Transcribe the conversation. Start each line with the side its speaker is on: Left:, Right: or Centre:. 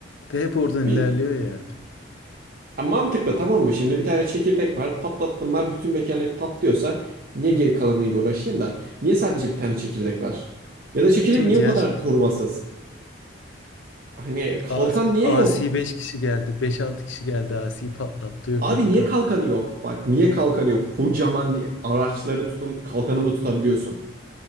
Left: Ve hep oradan
Right: Bir
Left: ilerliyor ya.
Right: Ya mantıklı tamam mı? Şimdi bir tane çekirdek var. Patlattım ben bütün mekanik patlıyorsa niye geri kalanıyla uğraşayım da? Niye sadece bir tane çekirdek var? Ya da çekirdek
Left: Değil
Right: niye
Left: mi? Diğer
Right: o kadar
Left: şekilde.
Right: korumasız? Hani kalkan
Left: Asi,
Right: niye
Left: Asi
Right: yok?
Left: 5 kişi geldi. beş altı kişi geldi. Asi'yi patlattı. Yok
Right: Abi
Left: etti.
Right: niye
Left: aslında.
Right: kalkanı yok? Bak niye kalkanı yok? Kocaman araçları tutun kalkanını tutabiliyorsun.